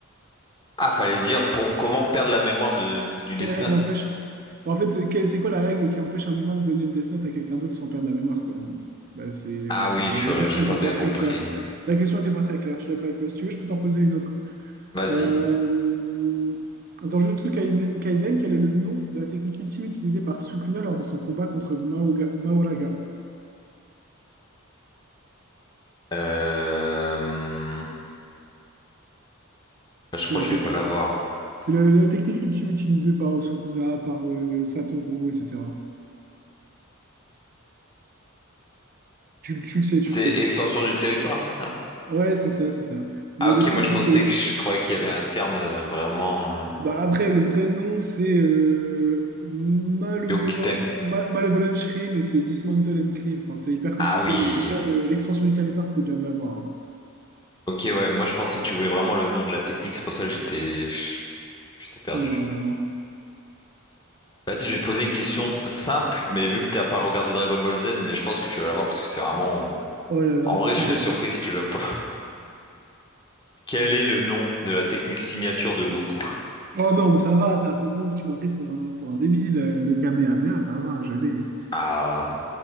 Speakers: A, on the left; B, on the right.
A: Ah, fallait dire pour comment perdre la mémoire de... du Death
B: Quelle règle
A: Note.
B: empêche? Bon, En fait, c'est que- c'est quoi la règle qui empêche un humain de donner le Death Note à quelqu'un d'autre sans perdre la mémoire, quoi? Bah, c'est...
A: Ah
B: Ouais,
A: oui,
B: bon,
A: purée,
B: la question
A: j'ai
B: n'était
A: pas
B: pas
A: bien
B: très
A: compris.
B: claire. La question n'était pas très claire, je suis d'accord avec toi. Si tu veux, je peux t'en poser une autre.
A: Vas-y.
B: Euh, Dans Jujutsu Kaine- Kaisen, quel est le nom de la technique ultime utilisée par Sukuna lors de son combat contre Maoga- Maoraga?
A: Euh, bah,
B: C'est
A: Je crois
B: la,
A: que
B: tec-
A: je vais pas l'avoir.
B: c'est la- la technique ultime utilisée par euh, Sukuna, par euh, Satoru, etc. Tu, le tu le sais, tu
A: C'est
B: le sais.
A: extension du territoire, c'est ça?
B: Ouais, c'est ça, c'est ça.
A: Ah
B: Mais
A: ok,
B: le truc,
A: moi je
B: c'est
A: pensais
B: que
A: que je croyais qu'il y avait un terme euh, vraiment euh,
B: Bah après, le vrai nom, c'est euh, Malevolent,
A: Yokuten.
B: Ma- Malevolent Shrine et c'est Dismantle and Cleave. Enfin, c'est hyper compliqué,
A: Ah oui.
B: mais déjà, le- l'extension du territoire, c'était bien de l'avoir. hein.
A: Ok, ouais, moi je pensais que tu voulais vraiment le nom de la technique, c'est pour ça que j'étais j'étais perdu.
B: Non, non, non.
A: Vas-y, je vais te poser une question simple, mais vu que t'as pas regardé Dragon Ball Z, mais je pense que tu vas l'avoir parce que c'est vraiment. euh,
B: Oh là là,
A: En vrai, je
B: j'ai
A: serais surpris
B: peur.
A: si tu l'as pas. <laughs> Quel est le nom de la technique signature de Goku?
B: Oh non, mais ça va, ça, c'est bon, tu m'as pris pour un, pour un débile, euh, le Kamehameha, ça va, je l'ai.
A: Ah,